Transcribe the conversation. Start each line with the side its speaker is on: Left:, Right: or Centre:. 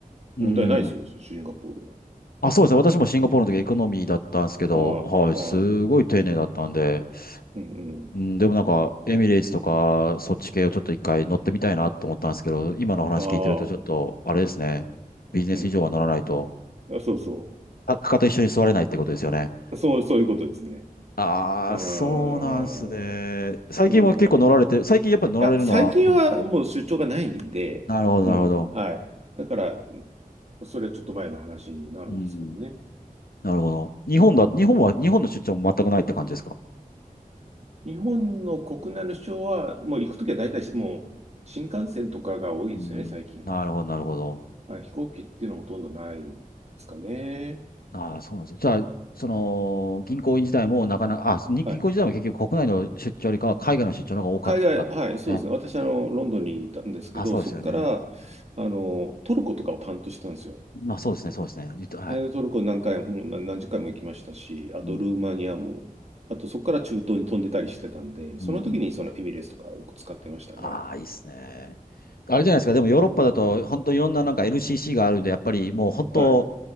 Left: うん。
Right: 問題ないですよ、シンガポールは。
Left: あ、そうですね。私もシンガポールの時エコノミーだったんですけど、
Right: はい、
Left: はい、すごい丁寧だったんで、
Right: はい。うんうん。
Left: うん、でもなんか、エミレーツとか、そっち系をちょっと一回乗ってみたいなと思ったんですけど、今の話聞いてるとちょっと、
Right: ああ、
Left: あれですね。ビジネス以上は乗らないと。
Right: うん。あそうそ
Left: あかかと一緒に座れないってことですよね。
Right: う。そう、そういうことですね。
Left: ああ、
Right: うー
Left: そうなんですね。
Right: ん。
Left: 最近も結構乗られて、
Right: そうなん。い
Left: 最近やっぱり乗られるのは多いですね、
Right: や、最近はもう出張がないんで、
Left: なるほど、
Right: もう、
Left: なるほど。
Right: はい。だから、それはちょっと前の話になるんですけどね。
Left: うん。なるほど。日本だ、
Right: うん
Left: 日本は、日本の出張も全くないって感じですか
Right: 日本の国内の主張は、もう行くときは大体もう新幹線とかが多いですよね、
Left: うん。
Right: 最近は。
Left: なるほど、なるほど。
Right: はい、飛行機っていうのはほとんどないですかね。
Left: ああ、そうなんですね。じゃあ、その、銀行員自体もなかなか、あ、に銀行自体も結局国内の出張よりかは海外の出張の方が多かったですね。
Right: はい。海外、はい、そうですね。私、あの、ロンドンにいたんですけど、
Left: あ、そうですよね。
Right: そこから、あの、トルコとかを担当してたんですよ。
Left: まあ、そうですね、そうですね。言うとはい。
Right: えートルコ何回も、何何十回も行きましたし、あとルーマニアも、
Left: うん。
Right: あとそこから中東に飛んでたりしてたんで、
Left: うん
Right: その時にそのエミレーツとかよく使ってましたね。
Left: ああ、いいっすね。あれじゃないですか。でもヨーロッパだと、本当いろんななんか LCC があるんで、やっぱりもう本当、
Right: はい。